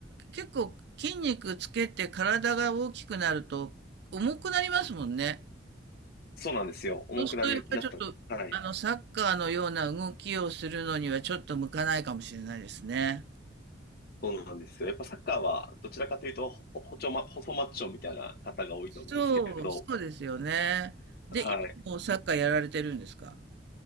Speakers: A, on the right; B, on the left.
A: 結構筋肉つけて体が大きくなると重くなりますもんね。
B: そうなんですよ。重くなり、
A: そうするとやっぱりちょっと、
B: なった。はい。
A: あの、サッカーのような動きをするのにはちょっと向かないかもしれないですね。
B: そうなんですよ。やっぱサッカーは、どちらかというと、ほ、ほちょま、細マッチョみたいな方が多いと思うんですけれど、
A: そう、そうですよね。で、
B: はい。
A: 今もサッカーやられてるんですか